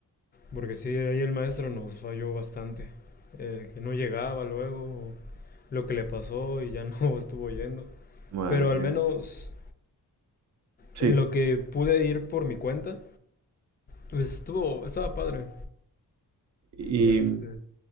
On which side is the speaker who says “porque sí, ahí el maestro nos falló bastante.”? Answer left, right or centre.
Left